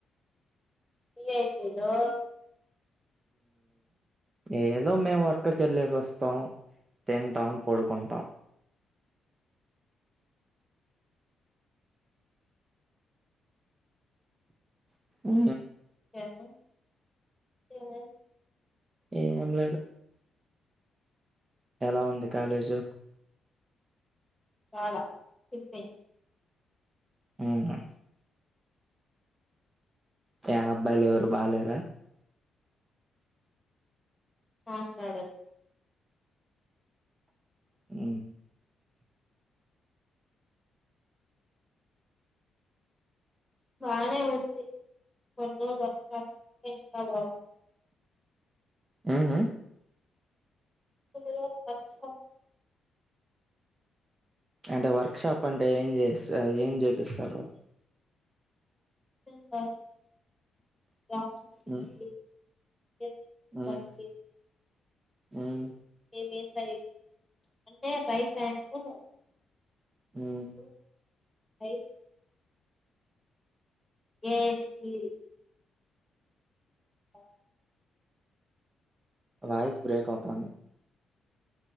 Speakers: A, in the centre; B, on the right.
A: బిజీ అయిపోయారు
B: ఏదో మేము వర్క్కి వెళ్ళేసి వస్తాం తింటాం పడుకుంటాం ఉ
A: టన్న తన్న
B: ఏం లేదు ఎలా ఉంది కాలేజు
A: చాలా ఇప్ప
B: ఆ ఎ అబ్బాయిలు ఎవరు బాలేరా
A: మాట్లాడకు
B: ఉ
A: బానే ఉంది కొన్నిజు వచ్చే ఇంకా బాగుంది
B: ఆ హా
A: గురుజ అచ్చ
B: అంటే వర్క్ షాప్ అంటే ఏం చేస్త ఏం చేపిస్తారు
A: స ర్యాప్స్ గురించి
B: మ్
A: <unintelligible> మీ పన్
B: మ్
A: జేస
B: మ్
A: తినేస ఇగ అంటే రైట్ టైం కు
B: మ్
A: టు హైర్ ఏ జీ ఓ
B: వాయిస్ బ్రేక్
A: స్కిల్
B: అవుతంది